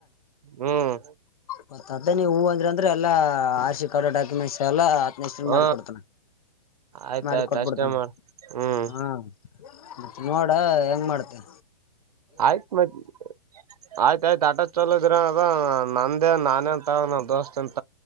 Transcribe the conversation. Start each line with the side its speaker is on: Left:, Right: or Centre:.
Right: ಹ್ಮ್
Left: ಮತ್ತ ಅದೇ ನೀ ಹೂ ಅಂದ್ರ ಅಂದ್ರೆ ಎಲ್ಲಾ ಆರ್ಶಿ ಕಾರ್ಡ್ ಡಾಕ್ಯುಮೆಂಟ್ಸ್ ಎಲ್ಲಾ
Right: ಹ
Left: ಮಾಡಿ ಕೊಡ್ತಾನ
Right: ಆಯ್ತಾಯ್ತು
Left: ಮಾಡಿ ಕೊಟ್ಬಿಡ್ತೇನ
Right: ಅಷ್ಟೇ ಮಾಡ ಹ್ಮ್
Left: ಹಾ ಮ ನೋಡ ಹೆಂಗ ಮಾಡತೇ
Right: ಆಯ್ತ ಮತ್ತ ಆಯ್ತ ಆಯ್ತ ಆಟಾ ಚಲಕ್ ಇದ್ರ ಅದ ನಂದೇ ನಾನೇ ಅಂತ ನ ದೋಸ್ತ್ ಅಂತ